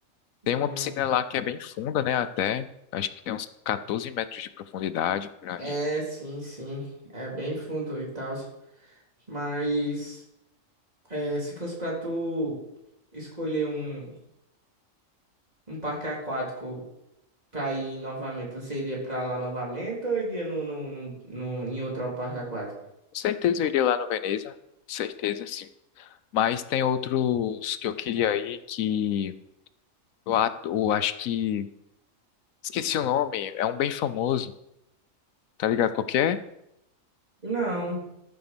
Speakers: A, on the right; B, on the left.
A: Hum,
B: Tem uma piscina lá que é bem funda, né, até. Acho que tem uns 14 metros de profundidade por aí.
A: é, sim, sim. É bem fundo e tal. Mas é, se fosse pra tu escolher um, um parque aquático pra ir novamente, você iria pra lá novamente ou iria no, no, no, no- em outro parque aquático?
B: Com certeza eu iria lá no Veneza, com certeza sim. Mas tem outros que eu queria ir que O ato, acho que. Esqueci o nome, é um bem famoso, tá ligado? Qualquer.
A: Não.